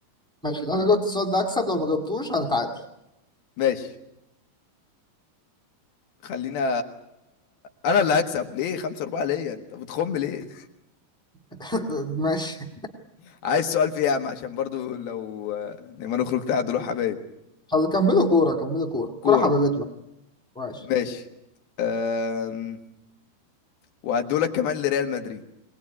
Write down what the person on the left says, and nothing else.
ماشي خلينا انا اللي هكسب ليه 5 4 ليه انت بتخم ليه
<laughs> عايز سؤال فيه يا عم عشان برضو لو لما نخرج تعادل وحبايب
كورة
ماشي أم... وهدولك كمان لريال مدريد